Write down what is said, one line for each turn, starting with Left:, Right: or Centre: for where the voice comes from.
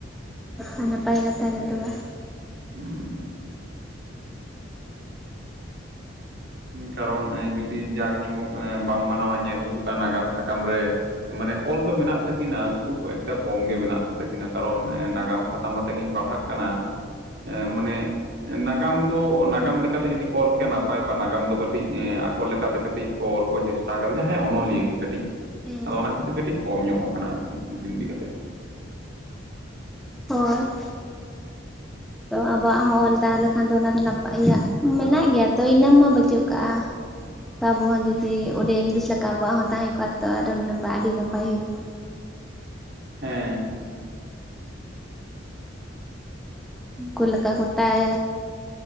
Centre: ᱟᱨ ᱱᱟᱯᱟᱭ ᱠᱟᱛᱷᱟ ᱜᱮ ᱛᱚᱵᱮ᱾
Right: ᱦᱩᱸ ᱠᱟᱨᱚᱱ ᱡᱩᱫᱤ ᱡᱟᱠ ᱡᱚᱢᱚᱠ ᱵᱟᱢ ᱢᱟᱱᱟᱣᱟ ᱧᱮᱞ ᱦᱩᱭᱩᱜ ᱠᱟᱱ ᱱᱟᱜᱟᱢ ᱥᱟᱠᱟᱢ ᱨᱮ᱾ ᱢᱟᱱᱮ ᱚᱞ ᱫᱚ ᱢᱮᱱᱟᱜ ᱛᱟᱹᱠᱤᱱᱟ ᱠᱷᱩᱵ ᱮᱠᱴᱟ ᱠᱚᱢ ᱜᱮ ᱢᱮᱱᱟᱜ ᱛᱟᱹᱠᱤᱱᱟ ᱠᱟᱨᱚᱱ ᱱᱟᱜᱟᱢ ᱥᱟᱛᱟᱢ ᱟᱛᱮ ᱜᱤᱧ ᱯᱟᱲᱦᱟᱜ ᱠᱟᱱᱟ, ᱮᱸ ᱢᱟᱱᱮ ᱱᱟᱜᱟᱢ ᱫᱚ ᱱᱟᱜᱟᱢ ᱞᱮᱠᱟᱛᱮ ᱡᱩᱫᱤ ᱠᱚ ᱚᱞ ᱠᱮᱭᱟ ᱱᱟᱯᱟᱭ ᱱᱟᱜᱟᱢ ᱫᱚ ᱠᱟᱹᱴᱤᱡ ᱟᱠᱚ ᱞᱮᱠᱟᱛᱮ ᱠᱟᱹᱴᱤᱡ ᱚᱞ ᱠᱚ ᱪᱮᱥᱴᱟ ᱠᱟᱫᱟ ᱡᱟᱦᱟᱭ ᱚᱱᱚᱞᱤᱭᱟᱹ ᱜᱮ ᱠᱟᱹᱴᱤᱡ᱾
Centre: ᱦᱮᱸ
Right: ᱟᱫᱚ ᱚᱱᱟ ᱠᱷᱟᱹᱛᱤᱨ ᱠᱟᱹᱴᱤᱡ ᱠᱚᱢ ᱧᱚᱜ ᱠᱟᱱᱟ ᱟᱨᱠᱤ ᱱᱩᱠᱤᱱ ᱤᱫᱤ ᱠᱟᱛᱮ᱾
Centre: ᱦᱳᱭ᱾ ᱛᱚ ᱟᱵᱚᱣᱟᱜ ᱦᱚᱸ ᱚᱞ ᱛᱟᱦᱮᱸ ᱞᱮᱠᱷᱟᱱ ᱫᱚ ᱚᱱᱟ ᱫᱚ ᱱᱟᱯᱟ, ᱤᱭᱟᱹ ᱢᱮᱱᱟᱜ ᱜᱮᱭᱟ ᱛᱚ ᱤᱱᱟᱹ ᱢᱟ ᱵᱟᱹᱪᱩᱜ ᱠᱟᱜᱼᱟ ᱾ ᱛᱚ ᱟᱵᱚ ᱦᱚᱸ ᱡᱩᱫᱤ ᱚᱸᱰᱮ ᱤᱝᱞᱤᱥ ᱞᱮᱠᱟ ᱟᱵᱚᱣᱟᱜ ᱦᱚᱸ ᱛᱟᱦᱮᱸ ᱠᱚᱜᱼᱟ ᱛᱚ ᱟᱨᱚ ᱱᱟᱯᱟᱭ ᱟᱹᱰᱤ ᱱᱟᱯᱟᱭ ᱦᱩᱭ᱾ ᱠᱚᱜᱼᱟ
Right: ᱦᱮᱸ᱾
Centre: ᱩᱱᱠᱩ ᱞᱮᱠᱟ ᱜᱚᱴᱟᱭ